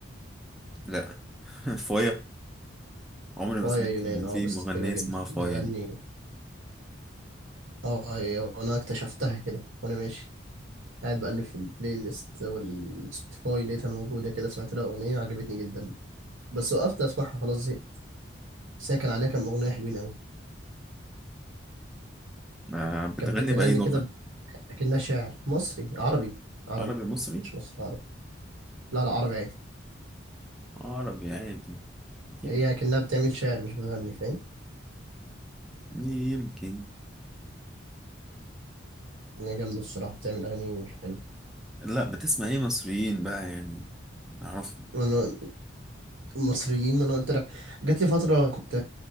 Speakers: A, in the centre; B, on the right.
A: لا <laughs> فايا عمري ما
B: فايا
A: سمعت
B: يونان
A: إن في
B: اه بس
A: مغنية
B: حلوة جدا
A: اسمها فايا
B: بتغني
A: دي
B: اه هي- وانا اكتشفتها كده وانا ماشي قاعد بقلب في البلاي ليست والسبوتيفاي لقيتها موجودة كده سمعت لها أغنية عجبتني جدا بس وقفت أسمعها خلاص زهقت بس هي كان عليها كام أغنية حلوين أوي
A: ما بتغني
B: كانت بتغني
A: بأي لغة
B: كده أكنها شاعر مصري عربي عربي
A: عربي مصري؟
B: مش مصري عربي لا لا عربي عادي
A: عربي عادي يم-
B: هي أكنها بتعمل شعر مش بتغني فاهم
A: يمكن
B: هي جامدة الصراحة بتعمل أغاني حلوة
A: لا بتسمع ايه مصريين بقى يعني نعرفهم
B: وأنا المصريين ما أنا قلت لك جات لي فترة كنت